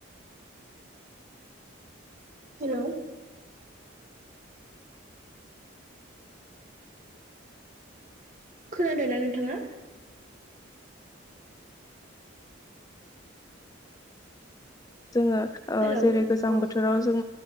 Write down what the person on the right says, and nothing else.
हेलौ खोनादोंना नोंथाङा
हेलौ
औ